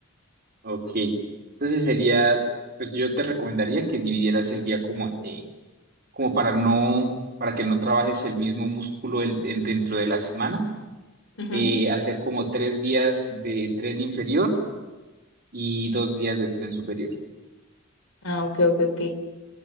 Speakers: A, on the right; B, on the left.
A: Ok, entonces sería, pues yo te recomendaría que dividieras el día como, eh, como para no, para que no trabajes el mismo músculo el- en- dentro de la semana,
B: Ujú,
A: eh, hacer como tres días de tren inferior y dos días de tren superior.
B: Ah, ok, ok, ok.